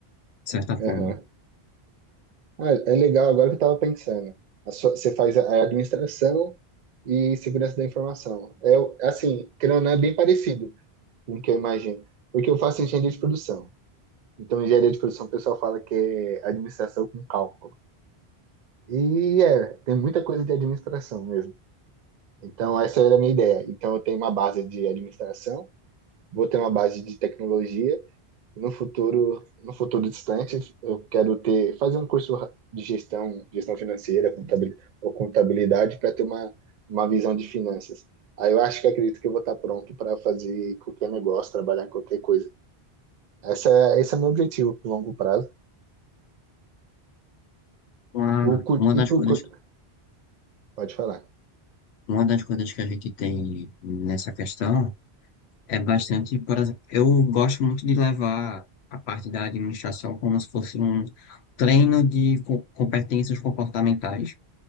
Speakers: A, on the left; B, on the right.
A: De certa forma.
B: Aham. Ah, é legal, agora que eu estava pensando. A sua- Você faz a a administração e segurança da informação. É o- assim, querendo ou não, é bem parecido com o que eu imagino. Porque eu faço engenharia de produção. Então, engenharia de produção, o pessoal fala que é administração com cálculo. E é, tem muita coisa de administração mesmo. Então, essa era a minha ideia. Então, eu tenho uma base de administração, vou ter uma base de tecnologia No futuro, no futuro distante, eu quero ter, fazer um curso de gestão, gestão financeira, contabil- ou contabilidade para ter uma, uma visão de finanças. Aí eu acho que acredito que eu vou estar pronto para fazer qualquer negócio, trabalhar em qualquer coisa. Essa, esse é meu objetivo pro longo prazo.
A: Uma,
B: Pro curto,
A: uma das
B: e pro
A: coisas
B: curto, pode falar.
A: Uma das coisas que a gente tem nessa questão é bastante, por exemplo, eu gosto muito de levar a parte da administração como se fosse um treino de co- competências comportamentais